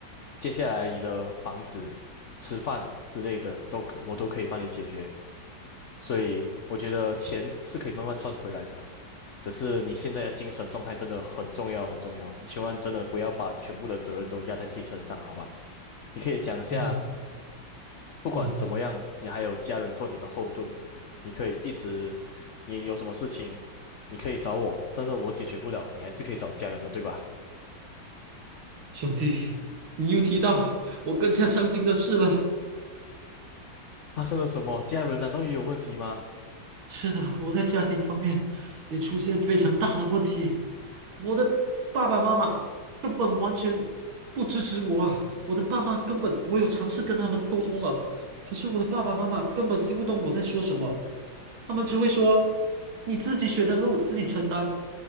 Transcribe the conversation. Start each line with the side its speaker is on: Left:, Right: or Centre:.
Left: 接下来你的房子、吃饭之类的都可，我都可以帮你解决，所以我觉得钱是可以慢慢赚回来的。只是你现在的精神状态真的很重要，很重要。你千万真的不要把全部的责任都压在自己身上，好吧？你可以想一下，
Right: 好了，
Left: 不管怎么样，
Right: 嗯，
Left: 你还有家人做你的后盾，你可以一直，你有什么事情，你可以找我，真的我解决不了，你还是可以找家人的，对吧？
Right: 兄弟，你又提到我更加伤心的事了。
Left: 发生了 <laughs> 什么？家人难道也有问题吗？
Right: 是的，我在家庭方面也出现非常大的问题。我的爸爸妈妈根本完全不支持我啊！我的爸妈根本，我有尝试跟他们沟通了，可是我的爸爸妈妈根本听不懂我在说什么。他们只会说你自己选的路自己承担。